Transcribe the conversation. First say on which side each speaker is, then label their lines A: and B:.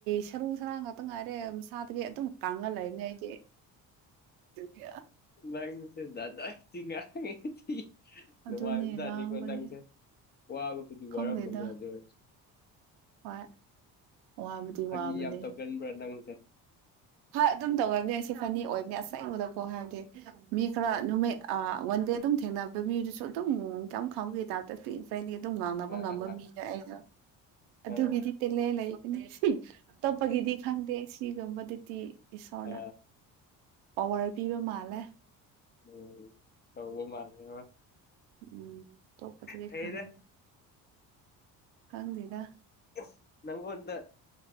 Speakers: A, on the right (about 80°); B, on the left (about 25°).
A: ꯁꯔꯨ ꯁꯔꯥꯡ ꯉꯥꯛꯇ ꯉꯥꯏꯔꯦ ꯎꯟꯁꯥꯠ ꯇꯨꯒꯤ ꯑꯗꯨꯝ ꯀꯪꯡ ꯂ‌ꯩꯃꯝꯅ‌ꯦ ꯑꯩꯗꯤ ꯑꯗꯨꯒꯤ
B: ꯅꯪ ꯁ‌‌ꯦ ꯖꯥꯠ ꯖꯥꯠꯇꯤ ꯉꯥꯡꯉꯤ <unintelligible> ꯅꯨꯡꯉꯥꯏꯕ
A: ꯑꯗꯨꯅꯦ
B: ꯖꯥꯠꯅꯤꯀ‌ꯣ
A: ꯉꯥꯡꯕꯅꯦ
B: ꯅꯪꯖ‌ꯦ ꯋꯥꯕꯕꯨꯗꯤ
A: ꯈꯪꯗꯦꯗ
B: ꯋꯥꯔꯝꯃꯅꯦ ꯑꯗꯨ ꯑꯣꯏꯔꯁꯨ
A: ꯍꯣꯏ ꯋꯥꯕꯨꯗꯤ ꯋꯥꯕꯅꯦ
B: ꯐꯥꯒꯤ ꯌꯥꯝ ꯇꯧꯒꯟꯕ꯭ꯔꯥ ꯅꯪꯁꯦ
A: ꯍꯣꯏ ꯑꯗꯨꯝ ꯇꯧꯔꯝꯅꯤ ꯑꯩꯁꯦ ꯐꯅꯤ ꯑꯣꯏꯕꯅ‌ꯦ ꯑꯁꯦꯡꯕꯗ ꯀꯣ ꯍꯥꯏꯕꯗꯤ ꯃꯤ ꯈꯔ
B: ꯑ
A: ꯅꯨꯃꯤꯠ ꯑ ꯋꯥꯟ ꯗꯦ ꯑꯗꯨꯝ ꯊꯦꯡꯅꯕ ꯃꯤꯗꯨꯁꯨ ꯑꯗꯨꯝ ꯀ‌ꯝ ꯈꯪꯕꯤ ꯇꯥꯏꯄꯇ ꯐꯤꯁ ꯑꯩꯗꯤ ꯑꯗꯨꯝ ꯉꯥꯡꯅꯕ
B: ꯑ
A: ꯉꯝꯕ
B: ꯑ ꯑ
A: ꯃꯤꯅꯦ ꯑꯩꯖꯨ ꯑꯗꯨꯒꯤꯗꯤ
B: ꯑ
A: ꯇꯦꯜꯂꯦ ꯂꯩꯕꯅꯦ ꯇꯣꯞ ꯄꯒꯤꯗꯤ ꯈꯪꯗꯦ ꯁꯤꯒꯨꯝꯕ ꯗꯨꯗꯤ ꯏꯁꯣꯔꯅ
B: ꯑ
A: ꯄꯋꯥꯔ ꯄꯤꯕ ꯃꯥꯜꯂꯦ
B: ꯎꯝ ꯇꯧꯕꯥ ꯃꯥꯜꯂ‌ꯦ ꯉ‌ꯣ
A: ꯎꯝ ꯇꯣꯞꯄꯗꯗꯤ
B: ꯐꯩꯗ
A: ꯈꯪꯗꯦ ꯈꯪꯗꯦꯅ
B: ꯑ‌ꯦ ꯅꯪ ꯉ‌ꯣꯟꯗ